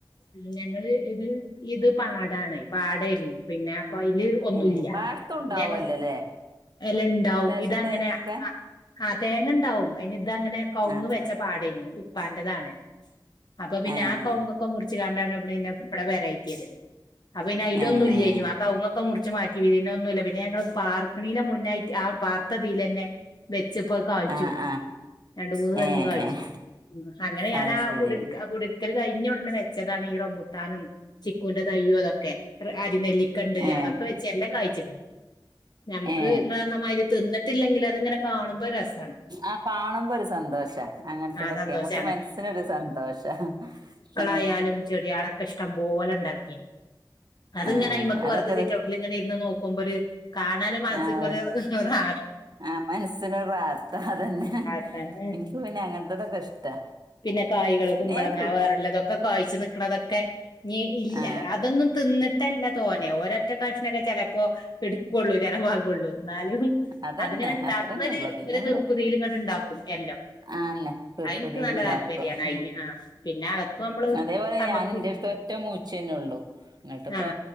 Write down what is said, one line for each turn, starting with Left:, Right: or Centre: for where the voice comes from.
Left: ഉം ഞങ്ങള് ഇത് ഇത് പാടാണ് പാടായിരുന്നു പിന്നെ അപ്പയില് ഒന്നും
Right: ഏഹ്
Left: ഇല്ല
Right: പാടത്തും
Left: പിന്നെ
Right: ഉണ്ടാവല്ലോല്ലേ
Left: ഞങ്ങള് എല്ലാണ്ടാവും
Right: അത്യാവശ്യം
Left: ഇതങ്ങനെ
Right: തേങ്ങൊക്കെ
Left: ആ ആഹ് തേങ്ങ ഇണ്ടാവും അയിന് ഇത് അങ്ങനെ കവുങ്
Right: ആഹ്
Left: വെച്ച പാടേനു. ഇപ്പാന്റതാണ് അപ്പൊ പിന്നെ
Right: ഏഹ്
Left: ആ കൗങ്ങൊക്കെ മുറിച്ച് കാണ്ടാണ് ഇവിടെ പിന്നെ ഇവിടെ പെരേറ്റിയത്. അപ്പൊ പിന്ന അയിലൊന്നും
Right: ഏഹ്
Left: ഇല്ലായി നു ആ കവു ങ്ങാക്കെ മുറിച്ച് മാറ്റി പിന്നെന്നുല്ല പിന്നെ ഞങ്ങള് പാർ മുന്നായിറ്റ് ആ പാർത്തതിലെന്നെ വെച് ഇപ്പോ അത് കായ്ച്ചു.
Right: ആഹ് ആഹ്
Left: രണ്ട് മൂന്ന് തെങ്ങ്
Right: ഏഹ്
Left: കായ്ച്ചു. ഉ അങ്ങനെ
Right: അത്
Left: ഞാനാ ആ
Right: ശരി
Left: കു കുടിർക്കൽ കഴിഞ്ഞ ഉടനെ വെച്ചതാണ് ഈ റംബുട്ടാനും ചി ക്കൂന്റെ തൈയും അതൊക്കെ അരി നെല്ലിക്കണ്ട്
Right: ഏ
Left: അതൊക്കെ വെച്ച എല്ലാം കായ്ച്ചിക്ണ്. ഞമ്മക്ക്
Right: ഏ
Left: ഇങ്ങള് പറഞ്ഞാമാതിരി തിന്നിട്ടില്ലെങ്കിൽ അത് ഇങ്ങനെ കാണുമ്പോ രസാണ്
Right: ആ കാണുമ്പോ ഒരു സന്തോഷം അങ്ങനത്തതൊക്കെ
Left: ആ സന്തോഷാണ്
Right: നമക്ക് മനസ്സിനൊരു സന്തോഷ അ
Left: ആയാലും ചെടിയളൊക്കെ ഇഷ്ടം പോലെ ഇണ്ടാക്കീന് അത്ങ്ങനെ
Right: ആ
Left: അയ്മക്ക്
Right: അതൊക്കെ
Left: വെറുതെ
Right: ഒരു
Left: സിറ്റ് ഔട്ടിൽ ഇങ്ങനെ ഇരുന്ന് നോക്കുമ്പോ ഒരു കാണാന് മനസ്ക്കൊരു
Right: ആ ഒരു
Left: റാ
Right: ആ മനസ്സിനൊരു റാഹത്ത അതന്നെ
Left: റാഹത്താണ്
Right: എനിക്ക് പിന്നെ അങ്ങത്തതൊക്കെ ഇഷ്ടാ.
Left: പിന്നെ കായ്കള്
Right: പിന്നെ
Left: കുമ്പളങ്ങ
Right: ഞാൻ കൃ
Left: വേറള്ള ഇതൊക്കെ കായ്ച്ച് നിക്കണത്. ഒക്കെ ഞ് ഇല്ല
Right: ആ
Left: അതൊന്നും തിന്നിട്ടല്ല തോന്നെ ഓരോറ്റ കഷ്ണൊക്കെ ചെലപ്പോ ഇട്ക്കൊള്ളൂ ചെലവാകൊള്ളു. എന്നാലും
Right: അതന്നെ
Left: അതിങ്ങനെ ഇണ്ടാക്കുന്ന
Right: അത്രന്നെ ഉള്ളു പിന്നെ
Left: ഒരു
Right: നമ്മള്
Left: തീർപ്പതിൽ ഇങ്ങനെ ഇണ്ടാക്കും എല്ലാം
Right: ആന്നെ തിർപ്പതീൽ
Left: അതെനിക്ക് നല്ല
Right: ഇണ്ടാക്കും.
Left: താല്പര്യാണ് അയിന് ആ പിന്നെ അകത്ത് നമ്മള്
Right: അതേപോലെ
Left: നമ്മക്ക്
Right: ഞാൻ ന്റെ ടുത്ത് ഒറ്റോ മൂചിന്നെ ഒള്ളു ഇങ്ങട്ട് ഇപ്പോ
Left: ആ